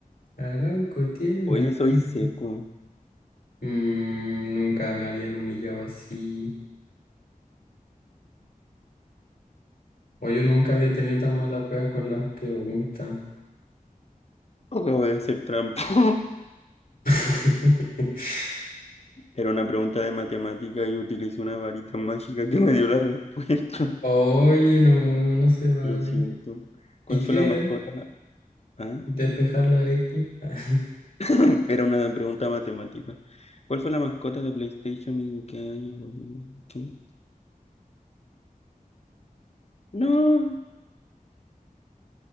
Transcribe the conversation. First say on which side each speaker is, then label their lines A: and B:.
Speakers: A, on the left; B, on the left.
A: Arauco tiene una...
B: Oye,
A: tribu.
B: soy seco.
A: Mm, nunca me habían humillado así. Oye, yo nunca había tenido tan mala cueva con las preguntas.
B: Acabo de hacer trampa. <laughs>
A: <laughs>
B: Era una pregunta de matemática y utilicé una varita mágica que me dio la respuesta.
A: Oye, no, no se vale.
B: Lo siento. ¿Cuál
A: ¿Y qué
B: fue la
A: era?
B: mascota? Ah,
A: ¿Despejar la X? <laughs>
B: <clears throat> era una pregunta matemática. ¿Cuál fue la mascota de PlayStation y en qué año volvió? ¿Qué? No,